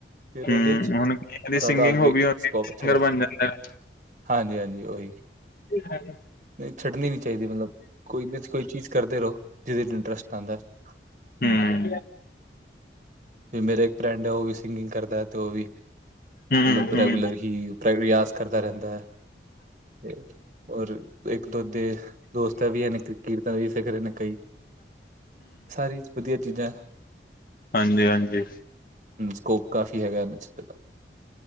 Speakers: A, on the right (about 40°); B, on the left (about 50°).
A: ਫਿਰ ਉਹਦੇ
B: ਹੂੰ
A: ਚ
B: ਹੁਣ ਕਈਆਂ ਦੀ
A: ਜ਼ਿਆਦਾ
B: ਸਿੰਗਿੰਗ
A: ਅੱਗੇ
B: ਹੋਬੀ ਹੁੰਦੀ
A: ਸਕੋਪ
B: ਸਿੰਗਰ
A: ਅੱਛਾ ਕਰ ਸਕਦੈ
B: ਬਣ ਜਾਂਦੇ ਨੇ।
A: ਹਾਂਜੀ-ਹਾਂਜੀ। ਉਹੀ
B: ਹਾਂਜੀ
A: ਛੱਡਣੀ ਨੀ ਚਾਹੀਦੀ ਮਤਲਬ ਕੋਈ ਇਹਦੇ ਚ ਕੋਈ ਚੀਜ਼ ਕਰਦੇ ਰਹੋ ਜਿਹਦੇ ਚ ਇੰਟਰਸਟ ਆਉਂਦਾ। ਹੂੰ,
B: ਹਮ
A: ਵੀ ਮੇਰਾ ਇੱਕ ਫਰੈਂਡ ਹੈ ਉਹ ਵੀ ਸਿੰਗਿੰਗ ਕਰਦਾ ਹੈ ਤੇ ਉਹ ਵੀ।
B: ਹੂੰ।
A: ਮਤਲਬ ਰੈਗੂਲਰ ਹੀ ਰਿਆਜ਼ ਕਰਦਾ ਰਹਿੰਦਾ ਹੈ ਤੇ। ਔਰ ਇੱਕ ਦੋ ਉਹਦੇ ਦੋਸਤ ਵੀ ਹਨ। ਇੱਕ ਕੀਰਤਨ ਵੀ ਸਿੱਖ ਰਹੇ ਨੇ ਕਈ। ਸਾਰੀ ਵਧੀਆ ਚੀਜ਼ਾਂ ਐ।
B: ਹਾਂ ਜੀ ਹਾਂ ਜੀ।
A: ਸਕੋਪ ਕਾਫੀ ਹੈਗਾ ਇਹਨਾਂ 'ਚ ।